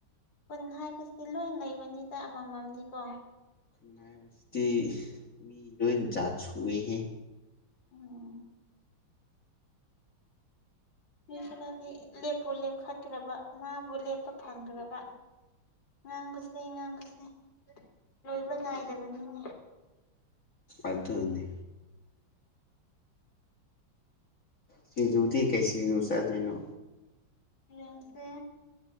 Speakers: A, on the left; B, on the left.
A: ꯈꯨꯟ ꯍꯥꯏꯕꯁꯤꯗꯤ ꯂꯣꯏ ꯂꯩꯕꯅꯤꯗ ꯑꯃꯃꯝꯗꯤꯀꯣ
B: ꯈꯨꯟꯅꯥꯏꯕꯁꯤꯗꯤ ꯃꯤ ꯂꯣꯏ ꯖꯥꯠ ꯁꯨꯏꯍꯦ
A: ꯎꯝ ꯃꯤꯈꯔꯗꯤ ꯂꯦꯞꯄꯨ ꯂꯦꯞꯈꯠꯈ꯭ꯔꯕ ꯃꯥꯕꯨ ꯂꯦꯞꯄ ꯐꯪꯈ꯭ꯔꯕ ꯉꯥꯡꯕꯁꯦ ꯉꯥꯡꯕꯁꯦ ꯂꯣꯏꯕ ꯅꯥꯏꯗꯕꯅꯤꯅꯦ
B: ꯑꯗꯨꯅꯤ ꯁꯤꯡꯖꯨꯗꯤ ꯀꯩ ꯁꯤꯡꯖꯨ ꯆꯥꯗꯣꯏꯅꯣ
A: ꯌꯦꯡꯁꯦ